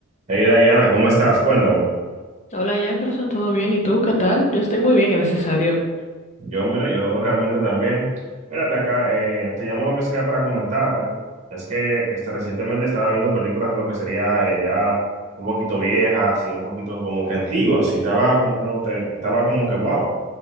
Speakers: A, on the right (about 35°); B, on the left (about 35°).
A: Hey Diana, ¿cómo estás? Cuéntame.
B: Hola Jefferson, ¿todo bien? ¿Y tú qué tal? Yo estoy muy bien, gracias a Dios.
A: Yo, mira, yo realmente también. Mírate acá, eh, te llamo lo que sería para comentarte. Es que este, recientemente estaba viendo películas lo que sería eh, ya un poquito viejas y un poquito como que antiguas. Y estaba comentándote, estaba como que wow.